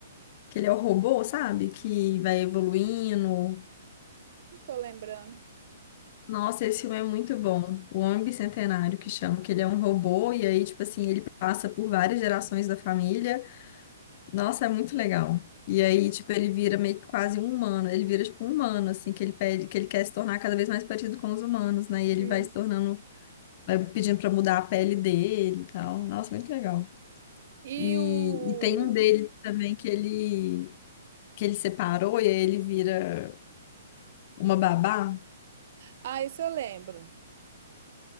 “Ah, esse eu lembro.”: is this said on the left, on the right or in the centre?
Right